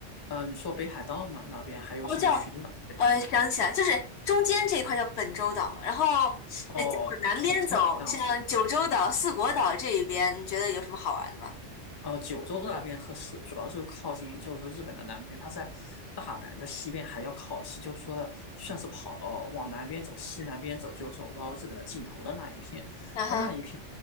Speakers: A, on the left (about 25°); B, on the left (about 70°).
A: 嗯、呃你说北海道嘛，那边还有什么群岛类的？
B: 哦，叫呃，想起来，就是中间这一块叫本州岛，然后
A: 哦，
B: 呃，再往南边走，
A: 统称这样说。
B: 像九州岛、四国岛这一边，你觉得有什么好玩的吧？
A: 呃，九州那边和是主要是靠近，就是说日本的南边，它在大阪的西边还要靠西，就是说算是跑到往南边走，西南边走就走到日本的尽头的那一片。
B: 嗯哼
A: 它那一片